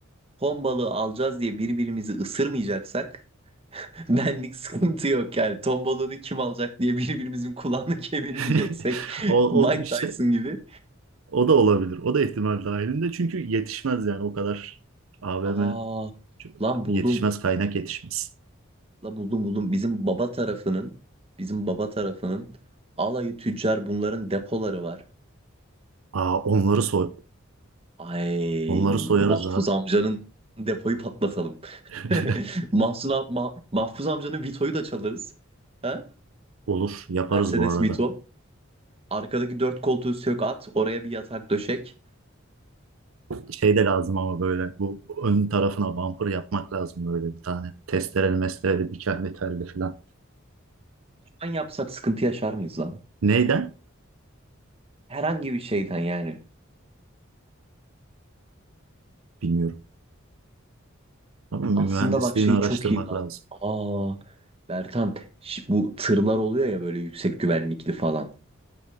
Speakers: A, on the right; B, on the right.
A: Ton balığı alacağız diye birbirimizi ısırmayacaksak <laughs> benlik sıkıntı yok yani. Ton balığını kim alacak diye birbirimizin kulağını <laughs> kemirmeyeceksek
B: <laughs> O,
A: <laughs> Mike
B: o işte
A: Tyson gibi.
B: o da olabilir. O da ihtimal dahilinde çünkü yetişmez yani o kadar AVM
A: Aa, lan
B: Yetişmez
A: buldum.
B: kaynak yetişmez.
A: Lan buldum buldum. Bizim baba tarafının bizim baba tarafının alayı tüccar bunların depoları var.
B: Aa, onları soy
A: Ay
B: onları soyarız
A: Mahfuz
B: ha.
A: amcanın depoyu patlatalım.
B: <laughs>
A: <laughs> Mahsun am- Ma- Mahfuz amcanın Vito'yu da çalarız. Ha?
B: Olur yaparız
A: Mercedes
B: bu arada.
A: Vito. Arkadaki dört koltuğu sök at. Oraya bir yatak döşek.
B: Şey de lazım ama böyle bu ön tarafına bumper yapmak lazım böyle bir tane. Testereli mestereli dikenli telli falan.
A: Lan yapsak sıkıntı yaşar mıyız lan?
B: Neyden?
A: Herhangi bir şeyden yani.
B: Bilmiyorum. Ama mühendisliğini
A: Aslında bak şey
B: araştırmak
A: çok iyi lan.
B: lazım.
A: Aa Bertan ş- bu tırlar oluyor ya böyle yüksek güvenlikli falan.